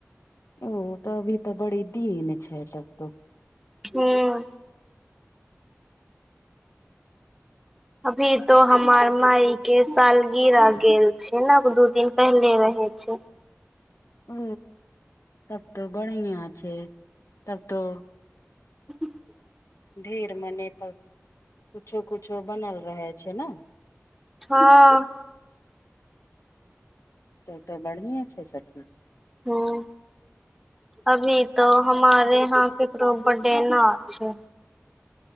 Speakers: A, on the left; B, in the centre.
A: ओ तऽ अभी तऽ बड़ी दिन छै तब तो
B: हूँ अभी तो हमार माई के सालगिर गेल छै न दू दिन पहले रहै छै
A: ओ तब तऽ बढ़िआ छै तब तो
B: ह <unintelligible>
A: ढेर मने पर कुछो कुछो बनल रहै छै न
B: हँ
A: त तऽ बढ़िए छै सखी
B: हँ अभी तो हमारे यहाँ ककरो बडे ना छै